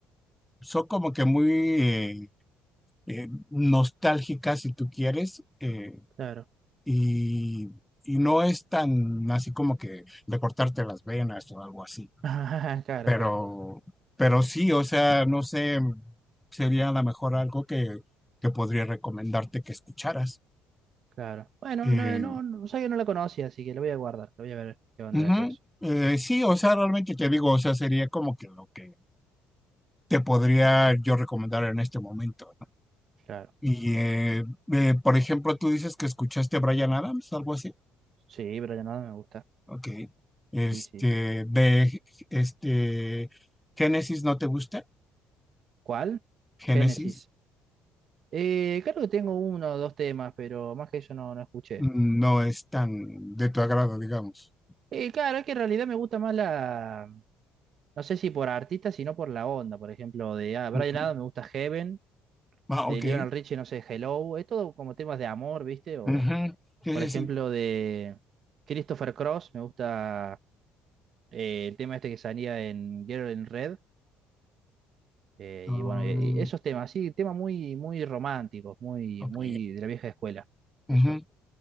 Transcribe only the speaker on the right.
Claro.
<laughs> Claro,
claro,
claro. Bueno,
no, no, no, sabés que no la conocía, así que la voy a guardar. La voy a ver qué onda
después.
Claro.
Sí, pero ya nada me gusta.
Sí, sí.
¿Cuál?
Génesis. Eh, creo que tengo uno o dos temas, pero más que eso no, no escuché.
Eh, claro, es que en realidad me gusta más la. No sé si por artista, sino por la onda. Por ejemplo, de ah, Brian
Adams me gusta Heaven,
de
Lionel Richie, no sé, Hello. Es todo como temas de amor, ¿viste? O,
por ejemplo,
de Christopher Cross, me gusta eh, el tema este que salía en Girl in Red. eh,
y bueno, y- y esos temas, sí, temas muy, muy románticos, muy,
muy de la vieja escuela.
Eso,